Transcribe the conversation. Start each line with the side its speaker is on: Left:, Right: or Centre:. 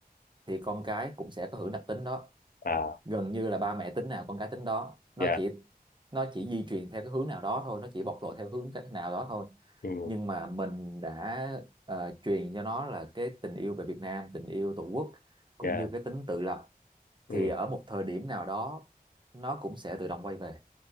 Right: thì con cái cũng sẽ có hưởng đặc tính đó
Left: à
Right: gần như là ba mẹ tính nào con cái tính đó nó
Left: dạ
Right: chỉ nó chỉ di truyền theo cái hướng nào đó thôi nó chỉ bộc lộ theo hướng cách nào đó thôi
Left: ừ
Right: nhưng mà mình đã ờ, truyền cho nó là cái tình yêu về Việt Nam tình yêu Tổ quốc cũng
Left: dạ
Right: như cái tính tự lập
Left: ừ
Right: thì ở một thời điểm nào đó nó cũng sẽ tự động quay về